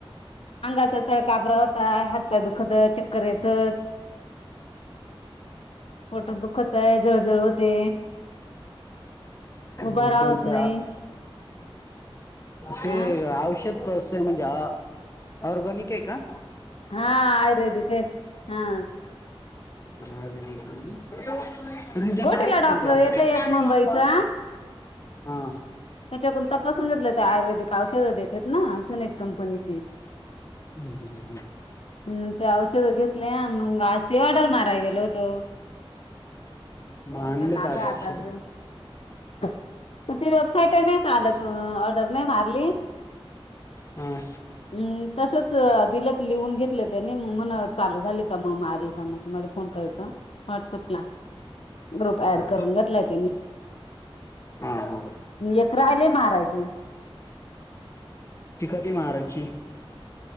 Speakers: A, on the left; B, on the left.
A: <unintelligible> काय हातपाय दुखत, चक्कर येतत. पोट दुखत आहे, जळजळ होते, उभा
B: मग
A: राहवत
B: कोणत्या
A: नाही.
B: ते
A: अ
B: औषध कसं आहे म्हणजे अ ऑरगॅनिक आहे का?
A: हा. आयुर्वेदिक आहे. हा.
B: आयुर्वेदिक ना <unintelligible> रिझल्ट
A: गोटीला
B: आहे का
A: डॉक्टर
B: पण त्या औषधाचा?
A: येते एक मुंबईचा
B: हा.
A: त्याच्या <unintelligible> तपासून घेतलं ते आयुर्वेदिक औषध देत्यात ना सनेज कंपनीचे.
B: हम् हम हम्.
A: हम. ते औषध घेतले आण मग आज ती ऑर्डर मारायला गेलो होतो.
B: मग
A: तिकडनं
B: आणले
A: आलोय
B: का आज
A: आत्ताच
B: औषध
A: जाऊन. <unintelligible> <inaudible> नाही चालत म ऑर्डर नाही मारली.
B: हा.
A: हम्. तसच दिलेत लिहून घेतलं त्यानी, मग म्हण चालू झाले का मग मारी का मग. तुम्हाला फोन करत व्हॉट्सअपला ग्रुप ऍड
B: हा
A: करून घेतलाय त्यांनी.
B: हा हा
A: एक राहीले मारायचे.
B: ती कधी मारायची?